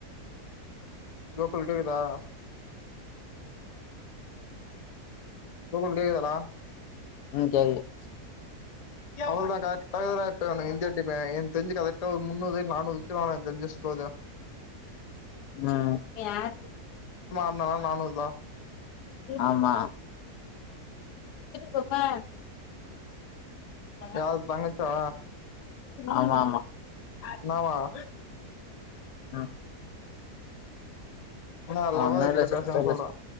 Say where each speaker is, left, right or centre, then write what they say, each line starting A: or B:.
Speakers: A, on the left; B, on the left.
A: கோகுல் கேக்குதா கோகுல் கேக்குதடா
B: ம் கேக்குது
A: அவளதான் கரெக்டாகப்பும் இந்திய டீம் தெஞ்சு கெட்ட மு முன்நூறு நானும் வெச்சருவே தெஞ்சு போதா
B: ஆஹ்ம்
A: நான் நான்நூறு தான்
B: ஆமா போத்மா
A: யாரு தங்கச்சா
B: ஆமா ஆமா
A: என்னவான்
B: ஆஹ்ம்
A: ஆ லவ்வரு
B: ஒன்னு இல்ல
A: கிட்ட
B: சொ
A: பேசன்னு
B: சொல்லு
A: சொல்றன்